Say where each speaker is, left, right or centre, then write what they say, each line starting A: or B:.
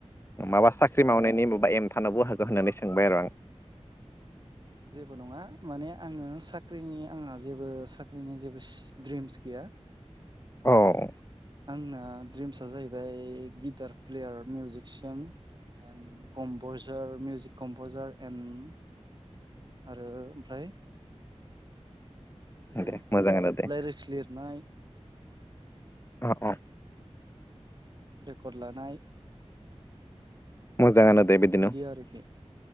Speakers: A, on the left; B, on the right.
A: माबा साख्रि मावनायनि माबा एइम थानोबो हागौ होननानै सोंबाय आरो आं।
B: जेबो नङा माने आङो साख्रिनि आंहा जेबो साख्रिनि जेबो सि द्रिमस गैया।
A: औ।
B: आंना ड्रिम्सआ जाहैबाय guitar player musician and composer music composer and आरो ओमफ्राय बिदिनो
A: दे मोजाङानो दे
B: राइलिक्स लिरनाय
A: अह अह।
B: रेकर्ड लानाय
A: मोजाङानो दे बिदिनो
B: बिदि आरोखि